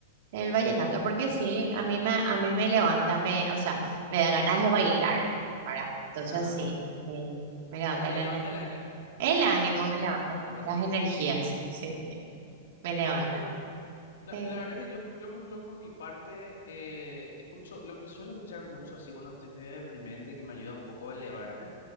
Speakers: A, on the right; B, on the left.
A: el
B: ¿sí?
A: vallenato, porque
B: ¿Eh?
A: sí, a mí me, a mí me levanta, me, o sea, me da ganas de bailar, para. Entonces
B: Ajá.
A: sí, sí, me levanta
B: Bueno, te
A: la
B: levanta
A: energía.
B: el ánimo,
A: El ánimo
B: ¿verdad?
A: me levanta,
B: ¿Verdad?
A: sí,
B: Básicamente.
A: las energías, sí, <laughs> me levanta.
B: Eh, qué bueno. La,
A: Sí,
B: la verdad que yo, yo, por ejemplo, por mi parte, eh, escucho, lo que suelo escuchar mucho, así cuando estoy medio deprimente y que me ayuda un poco a elevarme,